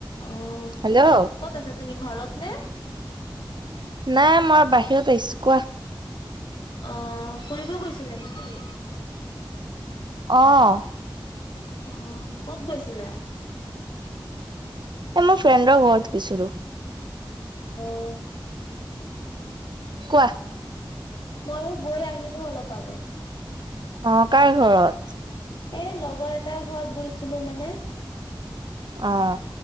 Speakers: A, on the left; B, on the right.
A: অ',
B: হেল্ল'
A: ক'ত আছা তুমি ঘৰত? নে
B: নাই মই বাহিৰত আহিছো কোৱা।
A: আহ ফুৰিব গৈছিলে নেকি?
B: অ'।
A: অহ ক'ত গৈছিলা?
B: এ, মই ফ্ৰেণ্ডৰ ঘৰত গৈছিলো।
A: অ'।
B: কোৱা?
A: ময়ো গৈ আহিলো অলপ আগত।
B: অ', কাৰ ঘৰত?
A: এ, লগৰ এটাৰ ঘৰত গৈছিলো মানে।
B: আহ।